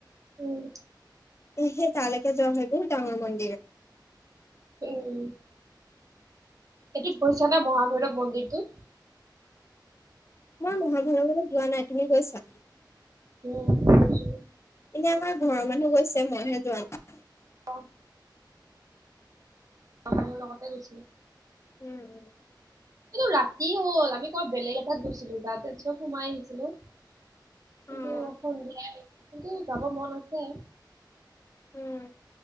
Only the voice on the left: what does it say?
সেই তালেকে জোৱাবোৰ সেইবোৰ ডাঙৰ মন্দিৰে।
মই মহাভাৰতলৈ যোৱা নাই। তুমি গৈছা?
এ আমাৰ ঘৰৰ মানুহ গৈছে মই হে যোৱা নাই।
উম-উম।
নাই
উম,